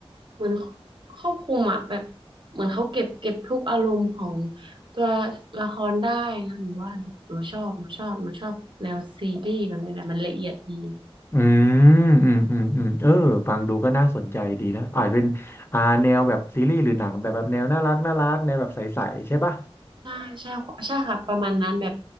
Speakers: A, on the right; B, on the left.
A: เหมือนครอบคลุมอ่ะแบบเหมือนเขาเก็บเก็บทุกอารมณ์ของตัวละครได้นะหนูว่าหนูหนูชอบหนูชอบหนูชอบแนวซีรีส์แบบนี้แหละมันละเอียดดี
B: อืมอืมอืมอืมเออฟังดูก็น่าสนใจดีนะอาจเป็นอ่าแนวแบบซีรีส์หรือหนังแบบแบบแนวน่ารักน่ารักแนวแบบใสๆใช่ปะ
A: ใช่ใช่ใช่ค่ะประมาณนั้นแบบ